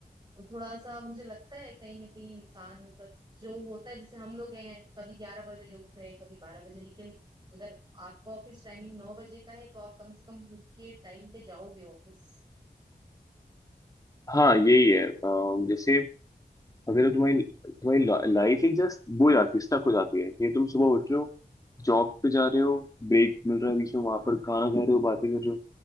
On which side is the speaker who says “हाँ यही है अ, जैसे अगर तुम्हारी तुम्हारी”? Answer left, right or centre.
Left